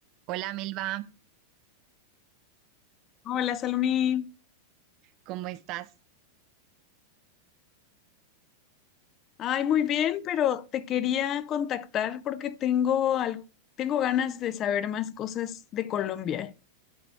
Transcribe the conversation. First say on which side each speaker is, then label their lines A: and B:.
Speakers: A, on the right; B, on the left.
A: Hola Melba,
B: Hola, Salomí.
A: ¿cómo estás?
B: Ay, muy bien, pero te quería contactar porque tengo, al- tengo ganas de saber más cosas de Colombia.